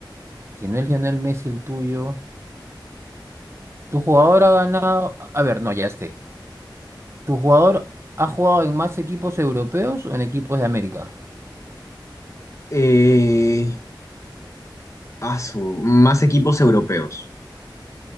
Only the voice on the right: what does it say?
Si no es Lionel Messi el tuyo, tu jugador ha ganado. A ver, no, ya esté. ¿Tu jugador ha jugado en más equipos europeos o en equipos de América?